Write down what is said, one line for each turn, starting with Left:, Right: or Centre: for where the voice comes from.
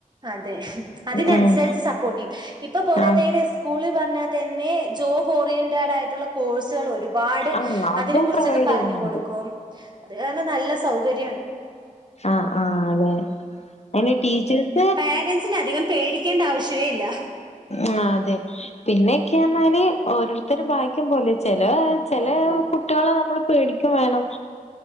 Right: അതെ അതിനനുസരിച്ച്
Left: ഉം
Right: സപ്പോർട്ട് യ്യും ഇപ്പൊ പോരത്തന്
Left: ആഹ്
Right: സ്കൂളി പർഞ്ഞാ തെന്നെ ജോബ് ഓറിയന്റഡായിട്ടുള്ള കോഴ്സുകൾ ഒരു ഒരുപാട്
Left: ആഹ് അതും
Right: അതിനെ കുറിച്ചൊക്കെ
Left: പ്രൊവൈഡ്
Right: പറഞ്ഞു
Left: ചെയ്യുന്നുണ്ട്.
Right: കൊടുക്കും. അത് കാരണം നല്ല സൗകര്
Left: ആ ആ അതെ അയിന് ടീച്ചേർസ്
Right: പേരൻസ്നധികം പേടിക്കേണ്ട ആവശ്യവേ ഇല്ല.
Left: ആ അതെ പിന്നെക്കെയഞാല് ഓരോരുത്തരെ ഭാഗ്യം പോലെ ചെല് ലേ ചെലേ
Right: സത്യാണ്
Left: കുട്ട്യാളെ നമ്മൾ പേടിക്കും വേണം